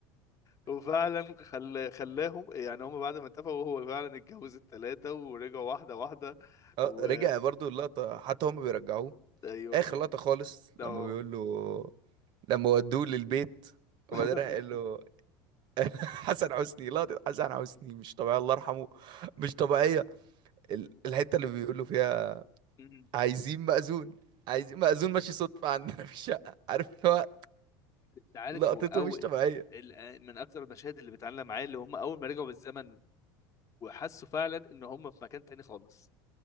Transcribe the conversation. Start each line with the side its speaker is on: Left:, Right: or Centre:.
Left: وفعلا خل... خلاهم يعني هم بعد ما اتفقوا هو فعلا اتجوز التلاتة ورجعوا واحدة واحدة
Right: <laughs> آه،
Left: و
Right: رجع برضو اللقطه حتى هم بيرجعوه
Left: ايوه
Right: اخر لقطه خالص
Left: اه
Right: لما بيقول له لما ودوه للبيت
Left: <laughs>
Right: وبعدين راح قال له <laughs> حسن حسني لقطه حسن حسني مش طبيعيه الله يرحمه مش طبيعيه ال- الحته اللي بيقول له فيها
Left: مم.
Right: عايزين مأذون عايزين مأذون ماشي صدفه عندنا في الشقه عارف اللي هو
Left: انت عارف
Right: لقطته
Left: هو او
Right: مش طبيعيه
Left: ال- من اكتر المشاهد اللي بتعلم معايا اللي هم اول ما رجعوا بالزمن وحسوا فعلا ان هم في مكان تاني خالص